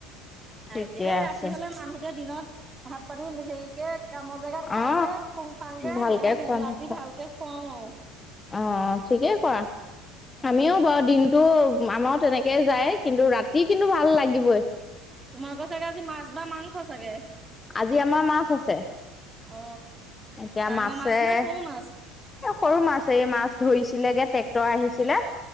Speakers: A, on the left (about 20°); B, on the right (about 20°).
A: ঠিকে
B: আইদেই
A: আছে
B: ৰাতি হলে মানুহটোৱে দিনত ভাত পানী হেৰিকে কামৰ জেগাত খাই
A: অ
B: যে ফু্ং ফাংকে
A: ভালকে
B: সেইকাৰণে
A: খোৱা নোখোৱা
B: ৰাতি ভালকে খুৱাও আৰু
A: অ ঠিকেই কৰা
B: উম
A: আমিও বৰ দিম। তো আমাৰ তেনেকেই যায় কিন্তু ৰাতি কিন্তু ভাল লাগিবই।
B: তোমালোকৰ চাগে আজি মাছ বা মাংস চাগে।
A: আজি আমাৰ মাছ আছে।
B: অ।
A: এতিয়া
B: ডাঙৰ
A: মাছে
B: মাছ
A: এ
B: নে সৰু মাছ?
A: সৰু মাছে মাছ ধৰিছিলেগে ট্ৰেক্টৰ আহি- ছিলে
B: অ